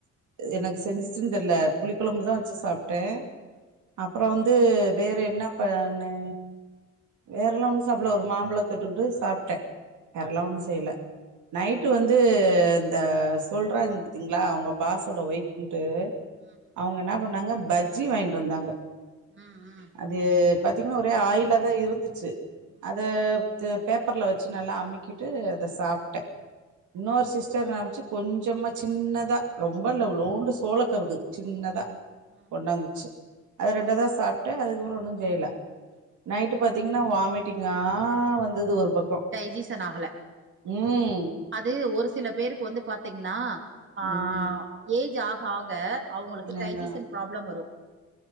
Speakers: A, on the right; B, on the right.
A: எனக்கு செஞ்சிச்சுன்னு தெர்ல புளி கொழம்புதா வச்சு சாப்ட்டே
B: ம்
A: அப்பறோ வந்து வேற என்ன பண்ணே வேறலா ஒன்னு சாப்பல ஒரு மாம்பழ தொட்டுட்டு சாப்ட்டே
B: ம்
A: வேறலா ஒன்னு செய்யல நைட்டு வந்து இந்த சொல்றாங்க பாத்தீங்களா அவங்க பாசோட ஒய்ஃப்ன்டு
B: ம்
A: அவங்க என்னா பண்ணாங்க பஜ்ஜி வாங்கிட்டு வந்தாங்க
B: ம் ம்
A: அது பாத்தீங்கன்னா ஒரே ஆயிலாதா இருந்துச்சு
B: ம்
A: அத பேப்பர்ல வச்சு நல்லா அமுக்கிட்டு அத சாப் இன்னொரு சிஸ்டர் நமச்சு கொஞ்சமா சின்னதா ரொம்ப லவ்லோண்டு சோளக்கருது சின்னதா
B: ம் ம்
A: கொண்டாந்துச்சு அது ரெண்ட தா சாப்டே அதுக்கப்பறோ ஒன்னு செய்யல நைட்டு பாத்தீங்கனா வாமிட்டிங்கா வந்துது ஒரு பக்கோ
B: டைஜீசன் ஆகல
A: ம்
B: அது ஒரு சில பேருக்கு வந்து பாத்தீங்னா ஆ
A: ம்
B: ஏஜ் ஆக ஆக அவுங்களுக்கு டைஜீசன்
A: அதா
B: ப்ராப்ளம் வரு